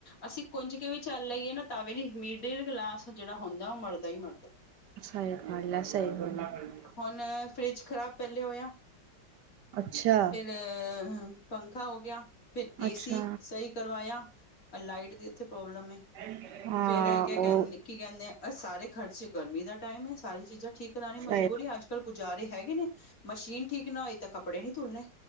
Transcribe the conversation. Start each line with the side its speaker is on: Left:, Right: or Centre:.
Left: ਅਸੀਂ ਕੁੰਜ ਕੇ ਵੀ ਚੱਲ ਆਈਏ ਨਾ ਤਵੇ ਨੀ ਮਿਡਲ ਕਲਾਸ ਜਿਹੜਾ ਹੁੰਦਾ ਉਹ ਮਰਦਾ ਹੀ ਮਰਦਾ
Right: <unintelligible>
Left: ਹੁਣ ਫਰਿਜ਼ ਖ਼ਰਾਬ ਪਹਿਲੇ ਹੋਇਆ
Right: ਅੱਛਾ।
Left: ਅ ਪੰਖਾ ਹੋ ਗਿਆ ਫਿਰ
Right: ਅੱਛਾ।
Left: ਏਸੀ ਸਹੀ ਕਰਵਾਇਆ ਅ ਲਾਈਟ ਦੀ ਇੱਥੇ ਪ੍ਰੋਬਲਮ ਏ।
Right: <unintelligible>
Left: ਫਿਰ ਕ
Right: ਉਹ
Left: ਕਹਦੇ ਕੀ ਕਹਿੰਦੇ ਸਾਰੇ ਖ਼ਰਚੇ ਗਰਮੀ ਦਾ ਟਾਈਮ ਹੈ। ਸਾਰੀ ਚੀਜ਼ਾਂ ਠੀਕ ਪੁਰਾਣੀ
Right: ਸਹੀ
Left: ਮਜਬੂਰੀ ਅੱਜ ਕੱਲ ਗੁਜ਼ਾਰੇ ਹੈਗੇ ਨੇ ਮਸ਼ੀਨ ਠੀਕ ਨਾ ਹੋਈ ਤਾਂ ਕੱਪੜੇ ਨਹੀਂ ਤੁਲਣੇ।